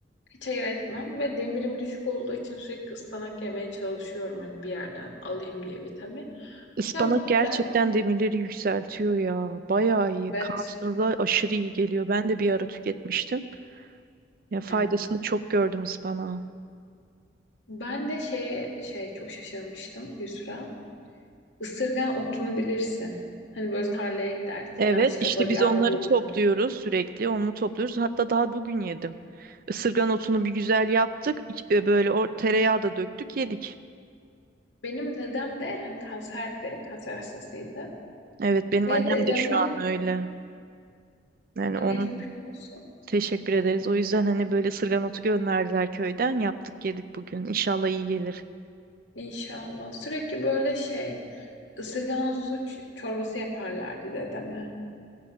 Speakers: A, on the left; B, on the right.
A: Hiç hayır etmem ve demirim düşük olduğu için sürekli ıspanak yemeye çalışıyorum hani bir yerden alayım diye vitamin.
B: Ispanak
A: Ya
B: gerçekten
A: ben
B: demirleri yükseltiyor ya. Bayağı iyi.
A: evet
B: Kanserla aşırı iyi geliyor. Ben de bir ara tüketmiştim. Ya faydasını
A: ya.
B: çok gördüm ıspanağın.
A: Ben de şey şey çok şaşırmıştım Yusra. Isırgan otunu bilirsin. Hani böyle tarlaya gidersin
B: Evet,
A: yanlışlıkla
B: işte
A: bacağına
B: biz onları
A: dokunur.
B: topluyoruz sürekli. Onu topluyoruz. Hatta daha bugün yedim. Isırgan otunu bir güzel yaptık. İç- e, Böyle o tereyağı da döktük, yedik.
A: Benim dedem de hani kanserdi, kanser hastasıydı
B: Evet, benim
A: ve
B: annem
A: dedeme
B: de şu an öyle. Yani onun
A: geçmiş olsun
B: teşekkür ederiz. O yüzden hani böyle ısırgan otu gönderdiler köyden. Yaptık, yedik bugün. İnşallah iyi gelir.
A: inşallah. Sürekli böyle şey ısırgan otu ç- çorbası yaparlardı dedeme.